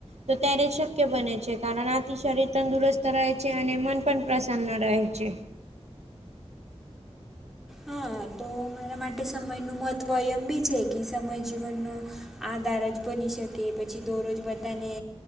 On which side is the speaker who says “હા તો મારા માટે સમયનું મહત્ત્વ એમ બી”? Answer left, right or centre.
Centre